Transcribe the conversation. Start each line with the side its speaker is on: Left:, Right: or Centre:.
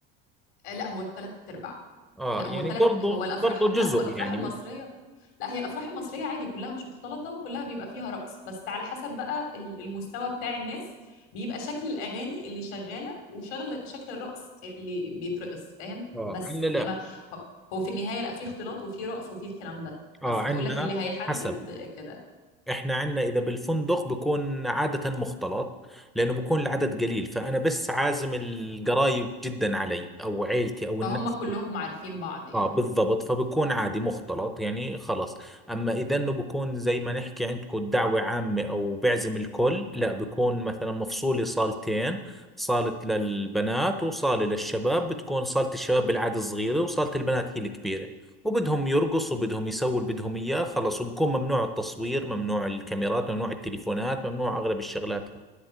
Left: آه، لا هو الثلاث ارباع
Centre: اه
Left: لا
Centre: يعني
Left: هو ثلاث
Centre: برضو
Left: هو الافراح
Centre: برضو جزء
Left: لا هو الافراح
Centre: يعني
Left: المصريه لا هي الافراح المصريه عادي كلها مش مختلطه وكلها بيبقى فيها رقص بس على حسب بقى ال- المستوى بتاع الناس بيبقى شكل الاغاني اللي شغاله وشغل شكل الرقص اللي بيترقص فاهم
Centre: اه
Left: بس
Centre: عندنا
Left: انما
Centre: لا
Left: هو هو في النهايه لا في اختلاط وفي رقص وفي الكلام ده بس
Centre: اه عندنا
Left: بقول لك اللي هيحدد
Centre: حسب
Left: كده
Centre: احنا عندنا اذا بالفندق بكون عاده مختلط لانه بكون العدد قليل فانا بس عازم القرايب جدا علي او عيلتي او
Left: فهم
Centre: الناس
Left: كلهم عارفين بعض يعني
Centre: اه بالضبط فبكون عادي مختلط يعني خلص اما اذا انه بكون زي ما نحكي عندكم دعوة عامة او بعزم الكل لا بكون مثلا مفصولي صالتين صالة للبنات وصالة للشباب بتكون صالة الشباب بالعادة صغيرة وصالة البنات هي الكبيرة وبدهم يرقصوا بدهم يسووا اللي بدهم اياه خلص وبكون ممنوع التصوير ممنوع الكاميرات ممنوع التليفونات ممنوع اغلب الشغلات